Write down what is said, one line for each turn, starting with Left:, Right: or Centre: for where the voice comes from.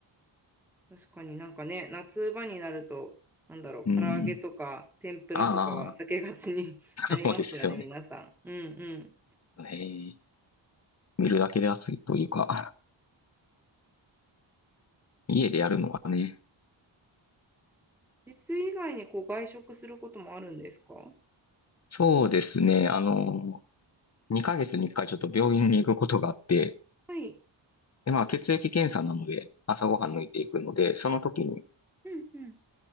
Centre: 確かになんかね、夏場になると、なんだろう、
Left: うん。
Centre: 唐揚げとか天ぷらとかは避けがちに
Left: あ
Centre: <laughs>
Left: あ、<laughs>
Centre: なりますよね、
Left: そうですよね。
Centre: 皆さん。うんうん。
Left: へえ、見るだけで暑いというか、家でやるのはね。
Centre: 自炊以外にこう外食することもあるんですか
Left: そうですね。あの、2ヶ月に1回ちょっと病院に行くことがあって、
Centre: はい。
Left: で、まあ、血液検査なので、朝ごはん抜いていくので、その時に
Centre: うんうん。